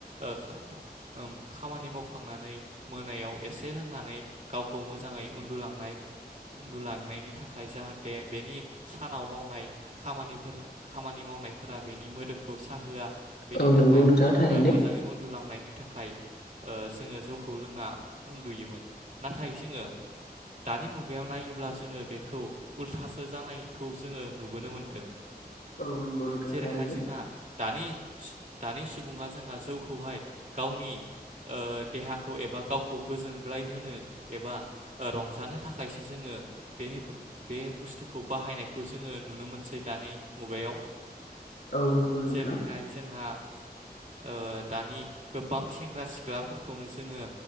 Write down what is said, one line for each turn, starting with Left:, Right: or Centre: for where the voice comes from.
Right: ओ ओ खामानि मावखांनानै मोनायाव एसे लोंनानै गावखौ मोजाङै उनदुलांनाय उनदुलां नायनि थाखाय जाहाथे बेनि सानाव मावनाय खामानिफोर खामानि मावनायफोरा बेनि मोदोमखौ साहोआ बेनि
Left: औ
Right: थाखाय
Left: नंगौ नोंथां थारैनो
Right: ओ मोजाङै उनदुलांनायनि थाखाय ओ जोङो जौखौ लोंना उनदुयोमोन नाथाय जोङो दानि मु गायाव नायोब्ला जोङो बेखौ उलथासो जानायखौ जोङो नुबोनो मोनदों
Left: औ नंगौ नोंथां
Right: जेरैहाय
Left: थारैनो
Right: जोंहा दानि दानि सुबुङा जोंहा जौखौहाय गावनि ओ देहाखौ एबा गावखौ गोजोनग्लाय होनो एबा रंजानो था खायसो जोङो बे बे बुस्थुखौ बाहायनायखौ जोङो नुनो मोनसै दानि मुगायाव
Left: औ नंगौ नोंथां
Right: जेरैहाय जोंहा ओ दानि गोबां सेंग्रा सिख्लाफोरखौनो जोङो